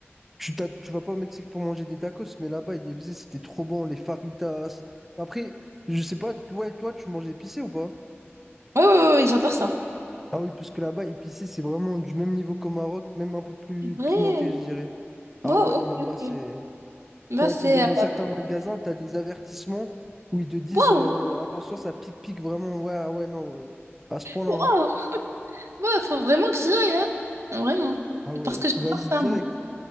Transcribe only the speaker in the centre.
Tu, t'as- tu vas pas au Mexique pour manger des tacos, mais là-bas, ils les faisaient, c'était trop bon, les faritas. Après, je sais pas, ouais, toi, tu manges épicé ou pas?
Ah oui, parce que là-bas, épicé, c'est vraiment du même niveau qu'au Maroc, même un peu plus
pimenté, je dirais. Ah
ouais, non,
là-bas,
c'est.
t'as-
t'as- Dans
certains magasins, tu as des avertissements où ils te disent
euh, attention, ça pique-pique vraiment. Ouais, ah ouais, non, euh, à ce point-là.
hein.
Ah ouais,
vas-y direct.